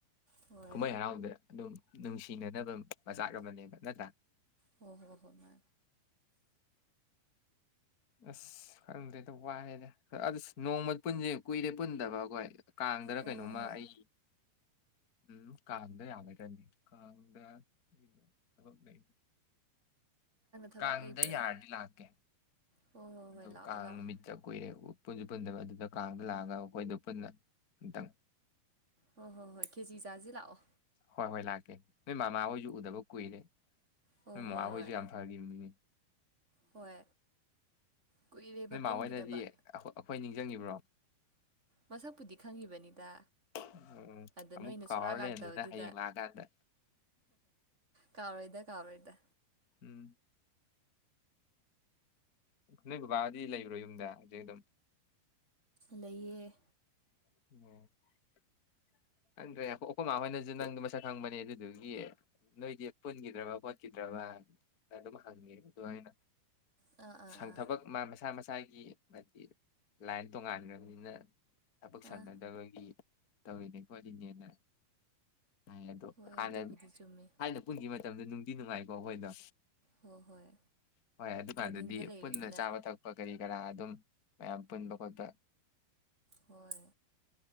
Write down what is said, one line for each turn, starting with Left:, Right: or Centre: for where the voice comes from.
Right: ꯍꯣꯏ
Left: ꯀꯨꯃꯩ ꯍꯔꯥꯎꯗꯦ ꯑꯗꯨꯝ ꯅꯨꯡꯁꯤꯅꯅꯕ ꯃꯆꯥꯛ ꯑꯃꯅꯦꯕ ꯅꯠꯇ꯭ꯔꯥ
Right: ꯑꯣ ꯍꯣ ꯍꯣ ꯃꯥ
Left: ꯑꯁ ꯈꯪꯗ꯭ꯔꯦꯗ ꯋꯥꯏꯑꯦꯗ ꯑꯗꯨ ꯅꯣꯡꯃ ꯄꯨꯟꯁꯦ ꯀꯨꯏꯔꯦ ꯄꯨꯟꯗꯕ ꯑꯈꯣꯏ ꯀꯥꯡꯗꯅ
Right: ꯑꯣ
Left: ꯀꯩꯅꯣꯝꯃ
Right: ꯍꯣ ꯍꯣꯏ
Left: ꯑꯩ ꯎꯝ ꯀꯥꯡꯗ ꯌꯥꯒꯗꯔ꯭ꯅꯦ ꯀꯥꯡꯗ <unintelligible> ꯊꯕꯛ <inaudible>
Right: ꯊꯕꯛ
Left: ꯀꯥꯡꯗ
Right: ꯂꯩꯕ꯭ꯔꯅꯦ
Left: ꯌꯥꯔꯗꯤ ꯂꯥꯛꯀꯦ
Right: ꯍꯣꯏ ꯍꯣꯏ
Left: ꯑꯗꯨ
Right: ꯍꯣꯏ ꯂꯥꯛꯑꯣ
Left: ꯀꯥꯡ
Right: ꯂꯥꯛꯑꯣ
Left: ꯅꯨꯃꯤꯠꯇ ꯀꯨꯏꯔꯦ ꯄꯨꯟꯁꯨ ꯄꯨꯟꯗꯕ ꯑꯗꯨꯗ ꯀꯥꯡꯗ ꯂꯥꯛꯑꯒ ꯑꯩꯈꯣꯏꯗꯣ ꯄꯨꯟꯅ ꯑꯨꯇꯪ
Right: ꯍꯣꯏ ꯍꯣ ꯍꯣꯏ ꯈꯦꯆꯤ ꯆꯁꯤ ꯂꯥꯛꯑꯣ
Left: ꯍꯣꯏ ꯍꯣꯏ ꯂꯥꯛꯀꯦ ꯅꯣꯏ ꯃꯃꯥꯍꯣꯏꯁꯨ ꯎꯗꯕ ꯀꯨꯏꯔꯦ
Right: ꯍꯣꯏ
Left: ꯎꯝ ꯃꯃꯥ
Right: ꯍꯣꯏ ꯍꯣꯏ
Left: ꯍꯣꯏꯁꯨ ꯌꯥꯝ ꯐꯒꯤꯝꯅꯤꯅꯦ
Right: ꯍꯣꯏ ꯀꯨꯏꯔꯦꯕ
Left: ꯅꯣꯏ
Right: ꯄꯨꯟꯈꯤꯗꯕ
Left: ꯃꯥꯃꯣꯏꯅꯗꯤ ꯑ ꯈꯣꯏ ꯅꯤꯡꯖꯡꯉꯤꯕ꯭ꯔꯣ
Right: ꯃꯁꯛꯄꯨꯗꯤ ꯈꯪꯉꯤꯕꯅꯤꯗ
Left: ꯎꯝ
Right: ꯑꯗ
Left: ꯑꯃꯨꯛ
Right: ꯅꯣꯏꯅ
Left: ꯀꯥꯎꯔ
Right: ꯁꯨꯛꯂꯥꯛ ꯂꯥꯛꯇꯕꯗꯨꯗ
Left: ꯂꯩꯔꯝꯗꯅ ꯍꯌꯦꯡ ꯂꯥꯛꯑꯀꯥꯟꯗ
Right: ꯀꯥꯎꯔꯣꯏꯗ ꯀꯥꯎꯔꯣꯏꯗ
Left: ꯎꯝ ꯅꯣꯏ ꯕꯕꯥꯒꯗꯤ ꯂꯩꯕ꯭ꯔꯣ ꯌꯨꯝꯗ ꯍꯧꯖꯤꯛ ꯑꯗꯨꯝ
Right: ꯂꯩꯌꯦ
Left: <unintelligible> ꯈꯪꯗ꯭ꯔꯦ ꯑꯩꯈꯣꯏ ꯃꯥ ꯍꯣꯏꯅꯁꯨ ꯅꯪꯗꯣ ꯃꯁꯛ ꯈꯪꯕꯅꯦ ꯑꯗꯨꯗꯨꯒꯤ ꯅꯣꯏꯗꯤ ꯄꯨꯟꯈꯤꯗ꯭ꯔꯕ ꯈꯣꯠꯈꯤꯗ꯭ꯔꯕ ꯑꯗꯨꯝ ꯍꯪꯉꯉꯦ ꯗꯣ ꯑꯩꯅ
Right: ꯑꯥ ꯑꯥ
Left: ꯁꯪ
Right: ꯑꯥ
Left: ꯊꯕꯛ ꯃꯥ ꯃꯁꯥ ꯃꯁꯥ ꯁꯥꯒꯤ ꯍꯥꯏꯗꯤ ꯂꯥꯏꯟ ꯇꯣꯉꯥꯟꯈ꯭ꯔꯕꯅꯤꯅ ꯊꯕꯛ ꯁꯪꯅꯗꯕꯒꯤ
Right: ꯑꯥ
Left: ꯇꯧꯋꯤꯅꯦ ꯐꯗꯤꯅꯦꯅ ꯍꯥꯏ ꯑꯗꯣ
Right: ꯍꯣꯏ
Left: ꯍꯥꯟꯅ
Right: ꯑꯗꯨꯕꯨꯗꯤ ꯆꯨꯝꯃꯤ
Left: ꯊꯥꯏꯅ ꯄꯨꯟ ꯃꯇꯝꯗꯣ ꯅꯨꯡꯗꯤ ꯅꯨꯡꯉꯥꯏꯀꯣ ꯑꯈꯣꯏꯗꯣ
Right: ꯍꯣꯏ ꯍꯣꯏ
Left: ꯍꯣꯏ ꯑꯗꯨꯀꯥꯟꯗꯗꯤ
Right: ꯕꯣꯔꯗꯤꯡꯗ ꯂꯩꯕꯅꯤꯅ
Left: ꯄꯨꯟꯅ ꯆꯥꯕ ꯊꯛꯄ ꯀꯔꯤ ꯀꯔꯥ ꯑꯗꯨꯝ ꯃꯌꯥꯝ ꯄꯨꯟꯕ ꯈꯣꯠꯄ
Right: ꯍꯣꯏ